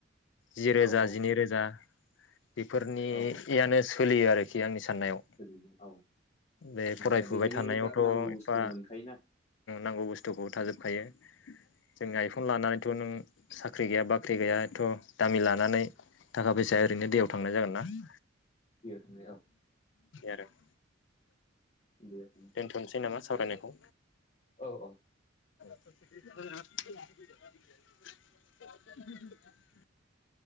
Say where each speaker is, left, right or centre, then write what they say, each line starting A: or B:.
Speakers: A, on the left; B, on the left.
A: जि रोजा
B: औ औ
A: जिनै रोजा बेफोरनियानो
B: औ
A: सोलियो आरोखि आंनि साननायाव।
B: ओरैनो औ
A: बे फरायफुबाय
B: दा बेहायनो
A: थानायावथ'
B: दा नांगौ बुस्थु
A: एफा
B: मोनखायोना
A: नांगौ बुस्थुखौ थाजोबखायो <inaudible> जों आइफन लानानैथ' नों साख्रि गैया बाख्रि गैया एथ' दामि लानानै थाखा फैसाया ओरैनो दैयाव थांनाय जागोन ना। <inaudible> <inaudible>
B: बेयाव थांनाय औ
A: आरो <inaudible>
B: बेयाव थांनाय
A: दोनथ'नोसै नामा? सावरायनायखौ
B: औ औ
A: <unintelligible>